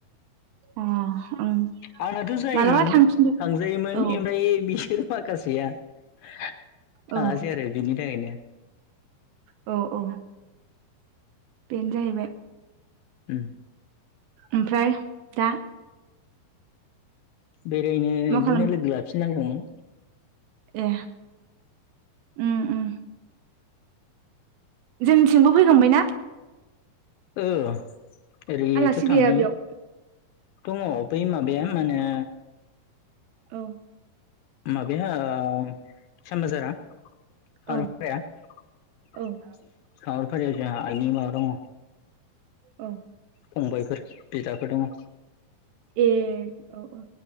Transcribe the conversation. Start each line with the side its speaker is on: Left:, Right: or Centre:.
Right: अ ओं
Left: आंनाथ' जायोमोन
Right: मालाबा थांफिनदो
Left: थांजायोमोन
Right: औ
Left: ओमफ्राय बिसोर माखासेया थाङासै
Right: औ
Left: आरो बिनि थाखायनो
Right: औ औ बेनो जाहैबाय
Left: उम
Right: ओमफ्राय दा?
Left: बेरायनो
Right: मा
Left: इदिनो
Right: खालाम
Left: लोगो लाफिननांगौमोन।
Right: ए उम उम। जोंनिथिंबो फैखांबाय ना?
Left: ओ ओरैयैथ'
Right: आलासि
Left: थांनाय।
Right: गैया बेयाव
Left: दङ, बै माबाया मा होनो
Right: औ
Left: माबाया ओ साम बाजारा <unintelligible>
Right: औ औ
Left: <unintelligible> जोंहा आइनि माबा दङ'
Right: औ
Left: फंबायफोर, बिदाफोर दङ।
Right: ए औ औ